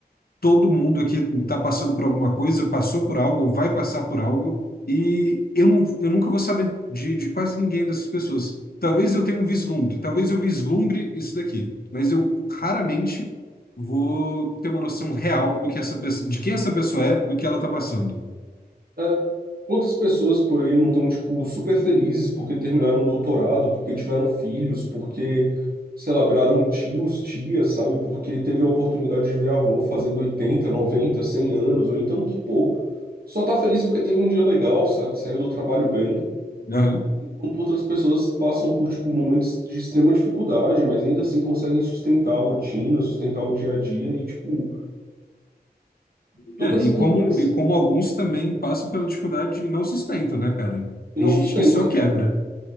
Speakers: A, on the left; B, on the right.
A: todo mundo aqui está passando por alguma coisa, passou por algo ou vai passar por algo, e eu, não, eu nunca vou saber de, de quase ninguém dessas pessoas. Talvez eu tenha um vislumbre, talvez eu vislumbre isso daqui, mas eu raramente vou ter uma noção real do que essa pessoa, de quem essa pessoa é, do que ela está passando.
B: É. Quantas pessoas por aí não estão, tipo, super felizes porque terminaram um doutorado, porque tiveram filhos, porque, sei lá, viraram tios, tias, sabe? Porque teve a oportunidade de ver a avó fazendo 80, 90, 100 anos, ou então que, pô, só tá feliz porque teve um dia legal, sabe? Saiu do trabalho bem.
A: Aham.
B: Enquanto outras pessoas passam por, tipo, momentos de extrema dificuldade, mas ainda assim conseguem sustentar a rotina, sustentar o dia a dia e, tipo, toda
A: É,
B: essa
A: e como,
B: complexidade
A: e como alguns também passam pela dificuldade e não sustentam, né, cara?
B: e
A: Tem
B: não
A: gente
B: sustenta.
A: que só quebra.